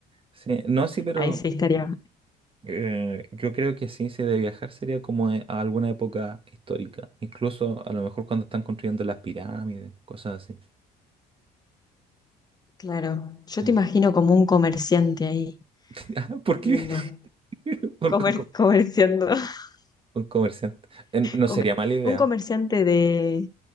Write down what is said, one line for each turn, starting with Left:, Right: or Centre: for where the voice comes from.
Right: Sí, no, sí, pero
Left: Ahí sí estaría.
Right: eh, yo creo que sí, si de viajar sería como a a alguna época histórica, incluso a lo mejor cuando están construyendo las pirámides, cosas así.
Left: Claro, yo
Right: Sí.
Left: te imagino como un comerciante ahí,
Right: <laughs> Ah, ¿Por
Left: viendo,
Right: qué? <laughs> ¿Por
Left: comer-
Right: qué?
Left: comerciando. <laughs>
Right: Un comerciante. Eh, no
Left: Come-
Right: sería mala idea.
Left: un comerciante de,